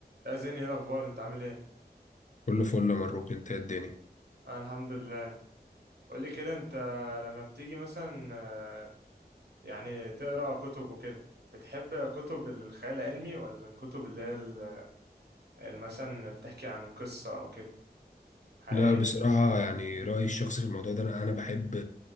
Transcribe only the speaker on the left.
كله فل يا مبروك انت ايه الدنيا
لا بصراحة يعني رأيي الشخصي في الموضوع ده أنا أنا بحب